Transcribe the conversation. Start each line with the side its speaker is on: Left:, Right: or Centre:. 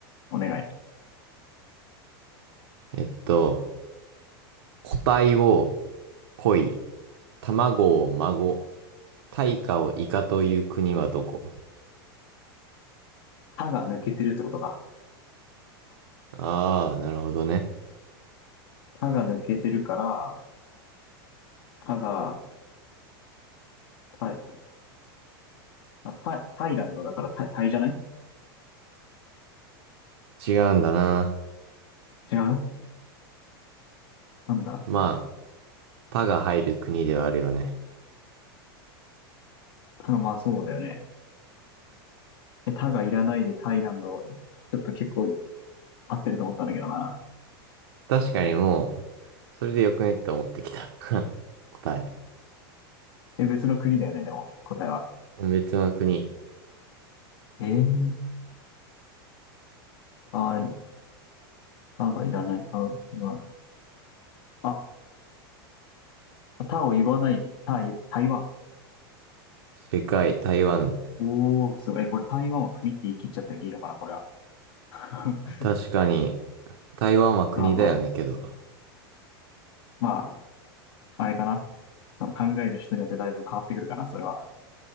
Left: お願い。
Right: えっと、個体を恋、卵を孫、大化をイカという国はどこ
Left: たが抜けてるってことか。
Right: ああ、なるほどね。
Left: たが抜けてるから、たが、た、あ、た、タイランドだからた、タイじゃない
Right: 違うんだな。
Left: 違うなんだ。
Right: まあ、他が入る国ではあるよね。
Left: たが、まあそうだよね。え、たがいらないでタイランド、ちょっと結構合ってると思ったんだけどな。
Right: 確かにもう、それでよくねって思ってきた。<laughs> 答え。
Left: え、別の国だよね、でも、答えは。
Right: 別の国。
Left: えー、タい、タがいらない、タが、あ、タを言わない、タイ台湾。
Right: 世界、台湾。
Left: おー、すごい。え、これ台湾を国って言い切っちゃってるけどいいのかな、これは。<laughs>
Right: 確かに、台湾は国だよねけど。
Left: まあまあ、まあ、あれかな。その考える人によってだいぶ変わってくるかな、それは。